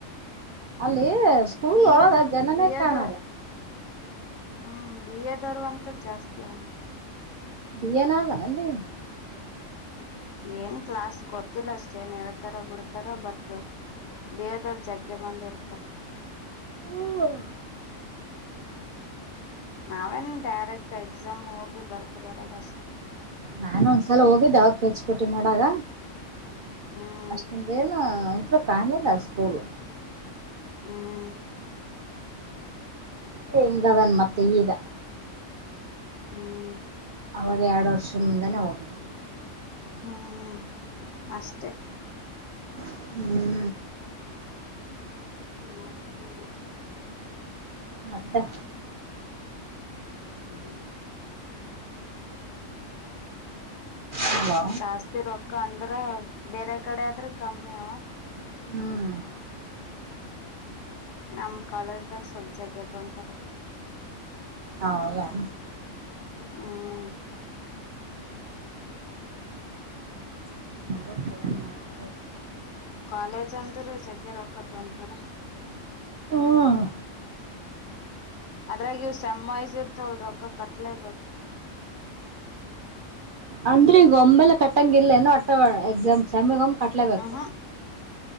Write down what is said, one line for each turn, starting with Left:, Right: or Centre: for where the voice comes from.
Right: ಅಲ್ಲಿ ಸ್ಕೂಲ್
Left: ಬಿ
Right: ಒಳಗ
Left: ಎ ದ <inaudible>
Right: ಜನನೇ
Left: ಬಿ ಎ
Right: ಕಾಣಲ್ಲ
Left: ದ <inaudible> ಹ್ಮ್ ಬಿ ಎ ದವರದು ಅಂತು ಜಾಸ್ತಿ ಅವನು.
Right: ಬಿ ಎ ಯನ ಅದನಲ್ಲಿ.
Left: ಏನ್ ಕ್ಲಾಸ್ ಗೊತ್ತಿಲ್ಲ ಅಷ್ಟೇ ಏನ್ ಹೇಳ್ತಾರ ಬಿಡ್ತಾರ ಬಟ್. ಬಿ ಎ ದವ್ರು ಜಗ್ಗೆ ಮಂದಿ ಇರ್ತಾರೆ
Right: ಹಾ <inaudible>
Left: ನಾವೇನ್ ಡೈರೆಕ್ಟ್ ಎಕ್ಸಾಮ್ ಹೋಗಿ ಬರ್ದು ಬರದಷ್ಟು.
Right: ನಾನು ಒಂದ್ಸಲ ಹೋಗಿದ್ದೆ ಯಾವಾಗ <inaudible> ಕಲ್ಸ್ಪಟ್ಟಿ ಮಾಡಾಗ
Left: ಹ್ಮ್
Right: ಅಷ್ಟೊಂದೇನು. ಅಷ್ಟೊಂದು ಕಾಣಲಿಲ ಸ್ಕೂಲ್.
Left: ಹ್ಮ್ <inaudible>
Right: ಹೆಂಗ್ ಅದನ್ ಮತ್ತೆ ಈಗ.
Left: <inaudible>
Right: ಅವವಾಗ ಎರಡು ವರ್ಷದ ಮುಂದಾನೆ ಹೋಗಿದು.
Left: ಹ್ಮ್ ಅಷ್ಟೇ.
Right: <inaudible>
Left: <inaudible>
Right: ಮತ್ತೆ.
Left: <inaudible>
Right: ಹಲೋ
Left: ಜಾಸ್ತಿ ರೊಕ್ಕ ಅಂದ್ರ ಬೇರೆ ಕಡೆ ಆದ್ರೆ ಕಮ್ಮಿ ಅವ.
Right: <inaudible>
Left: ನಮ್ ಕಾಲೇಜದಾಗ ಸ್ವಲ್ಪ ಜಗ್ಗೆ ತೋತಾರ.
Right: ಹೌದಾ.
Left: <inaudible>
Right: <inaudible>
Left: ಕಾಲೇಜ್ ಅಂದ್ರ ಜಗ್ಗೆ ರೊಕ್ಕ ತೋಂತಾರ.
Right: ಹ್ಮ್
Left: ಅದ್ರಾಗ ಇವು ಸೇಮ್ ವೈಸ್ ಇರ್ತವಲ್ ರೊಕ್ಕ ಕಟ್ಲೆ ಬೆಕ.
Right: ಅಂದ್ರೆ ಈಗ ಒಮ್ಮೆಲೆ ಕಟ್ಟಂಗ ಇಿಲ್ಲೇನೋ ವಟ್ಟ ಎಕ್ಸಾಮ್ ಸಮ್ ವಮಿ ಕಟ್ಲೇಬೇಕು.
Left: ಹ್ಮ್ ಹ್ಮ್